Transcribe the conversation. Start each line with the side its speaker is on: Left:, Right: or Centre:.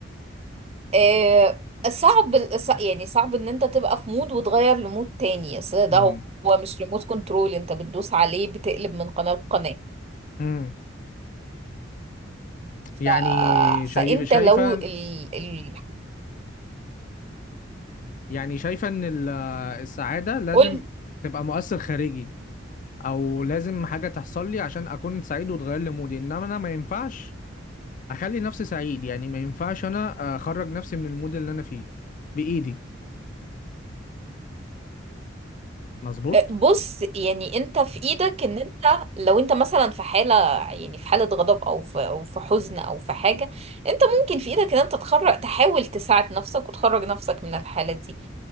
Right: آه صعب صع- يعني صعب ان انت تبقى في مود وتغير لمود تاني اصل ده
Left: مم.
Right: هو هو مش ريموت كنترول انت بتدوس عليه بتقلب من قناة لقناة
Left: مم.
Right: ف...
Left: يعني شايف
Right: فانت
Left: شايفة
Right: لو ال... ال...
Left: يعني شايفة إن ال- آه، السعادة لازم
Right: قلت
Left: تبقى مؤثر خارجي او لازم حاجه تحصل لي عشان اكون سعيد وتغير لي مودي انما انا ما ينفعش اخلي نفسي سعيد يعني ما ينفعش انا اخرج نفسي من المود اللي انا فيه بايدي مظبوط
Right: بص يعني انت في ايدك ان انت لو انت مثلا في حالة يعني في حالة غضب او في او في حزن او في حاجة انت ممكن في ايدك ان انت تخرج تحاول تساعد نفسك وتخرج نفسك من الحالة دي